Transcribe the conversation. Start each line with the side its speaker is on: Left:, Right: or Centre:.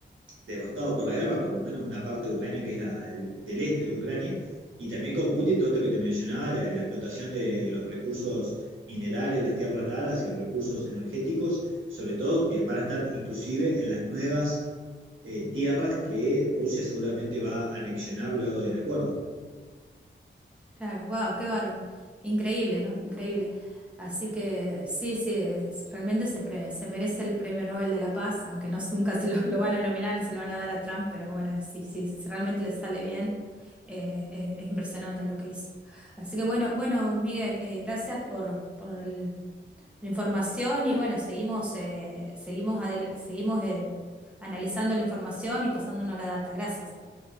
Right: devastado por la guerra, por lo menos una parte de Ucrania que es la del, del este de Ucrania, y también con Putin todo esto que te mencionaba, la, la explotación de los recursos minerales, las tierras raras y recursos energéticos, sobre todo que van a estar inclusive en las nuevas eh, tierras que Rusia seguramente va a anexionar luego del acuerdo.
Centre: Claro, wow, qué bárbaro. Increíble, ¿no? Increíble. Así que sí, sí, es- realmente se, pre- se merece el Premio Nobel de la Paz, aunque no <laughs> sé, nunca se lo, lo van a nominar ni se lo van a dar a Trump, pero bueno, sí, sí, si realmente le sale bien, eh, eh, es impresionante lo que hizo. Así que bueno, bueno, Miguel, eh, gracias por, por el- la información y bueno, seguimos, eh, seguimos, adel- seguimos eh, analizando la información y pasándonos la data. Gracias.